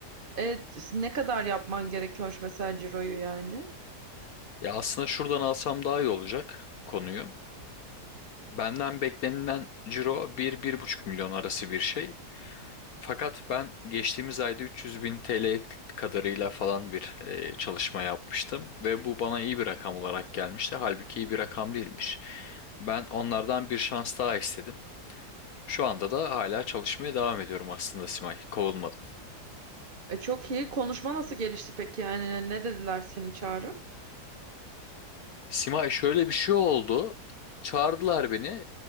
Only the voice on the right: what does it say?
E ne kadar yapman gerekiyormuş mesela ciroyu yani?
E çok iyi. Konuşma nasıl gelişti peki? Yani ne dediler seni çağırıp?